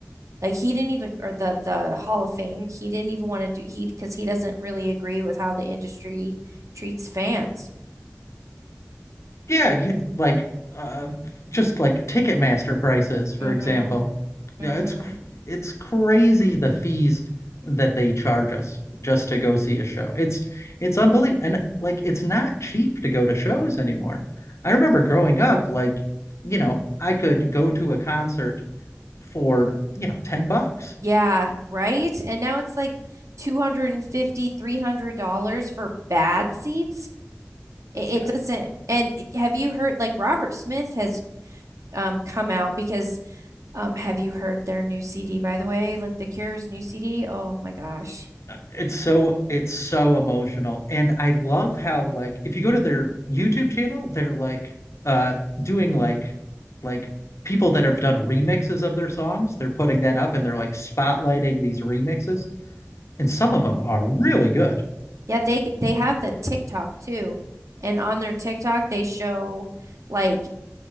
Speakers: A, on the right (about 75°); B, on the left (about 65°).
A: like he didn't even or the the Hall of Fame, he didn't even want to do he because he doesn't really agree with how the industry treats fans.
B: Yeah, you- like uh, just like Ticketmaster prices, for
A: Mm-hmm.
B: example. Yeah,
A: Mm-hmm.
B: it's cr- it's crazy the fees that they charge us just to go see a show. It's it's unbelievable, and like it's not cheap to go to shows anymore. I remember growing up, like you know, I could go to a concert for you know ten bucks.
A: Yeah, right? And now it's like 250, 300 dollars for bad seats. It,
B: Yeah,
A: it doesn't. And have you heard like Robert Smith has um come out because um have you heard their new CD by the way? Like The Cure's new CD? Oh my gosh.
B: It's so it's so emotional. And I love how like if you go to their YouTube channel, they're like uh doing like like people that have done remixes of their songs. They're putting that up and they're like spotlighting these remixes. And some of them are really good.
A: Yeah, they they have the TikTok too. And on their TikTok they show like